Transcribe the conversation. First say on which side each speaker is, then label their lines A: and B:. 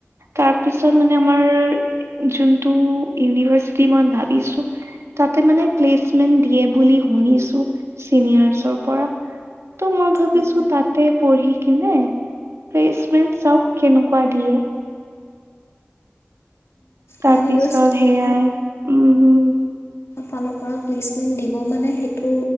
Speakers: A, on the right (about 85°); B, on the left (about 75°).
A: তাৰপিছত মানে আমাৰ যোনটো ইউনিভাৰ্ছটি মই ভাবিছো তাতে মানে প্লেচমেন্ দিয়ে বুলি শুনিছো। উনিয়াচৰ পৰা ত মই ভাবিছোঁ
B: অঁ
A: তাকে পঢ়ি কি নাই প্লেচমেণ্ট চাওক কেনেকুৱা দিয়ে। তাৰপিছত
B: ইউনিভে্চিটি
A: সেয়াই
B: খন
A: উম
B: ফালৰ পৰা প্লেচমেন্ দিব মানে, সেইটো